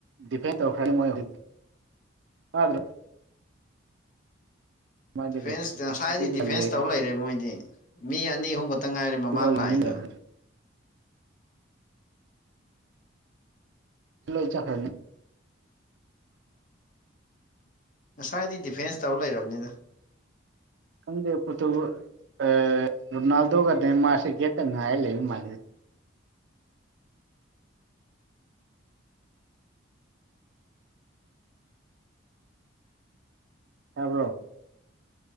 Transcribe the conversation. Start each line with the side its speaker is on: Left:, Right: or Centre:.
Right: ꯗꯤꯐꯦꯟ ꯇꯧꯔꯛꯈ꯭ꯔꯅꯤ ꯃꯣꯏ ꯍꯧꯖꯤꯛꯇꯤ ꯇꯥꯗ꯭ꯔꫭ ꯃꯥꯗꯤ
Left: ꯐꯔꯦꯟꯁ
Right: ꯀꯩꯁꯨ
Left: ꯉꯁꯥꯏꯗꯤ
Right: ꯑꯗꯨꯗ
Left: ꯗꯤꯐꯦꯟꯁ
Right: ꯇꯜꯂꯣꯏ
Left: ꯇꯧ
Right: ꯃꯣꯏꯁꯨ
Left: ꯂꯩꯔꯦ ꯃꯣꯏꯗꯤ ꯃꯤ ꯑꯅꯤ ꯑꯍꯨꯝ ꯈꯛꯇ ꯉꯥꯏꯔꯦ ꯃꯃꯥꯡ
Right: ꯑꯗꯨꯐꯥꯎ ꯌꯦꯡꯅꯤꯡꯗ꯭ꯔꯕꯅꯤ
Left: ꯂꯥꯛꯏꯗꯣ
Right: ꯂꯣꯏ ꯆꯠꯈꯔꯅꯤ
Left: ꯉꯁꯥꯏꯗꯩ ꯗꯤꯐꯦꯟꯁ ꯇꯧ ꯂꯩꯔꯕꯅꯤꯗ
Right: ꯈꯪꯗꯦ ꯄꫭꫪꯇꯨ ꯑꯦ ꯔꯣꯅꯥꯜꯗꯣꯒ ꯅꯦꯃꯥꯥꫪꯁꯦ ꯒꯦꯠꯇ ꯉꯥꯏꯔ ꯂꯩ ꯃꯥꯜꯂꯦꯗ ꯇꯥꯕ꯭ꯔꯣ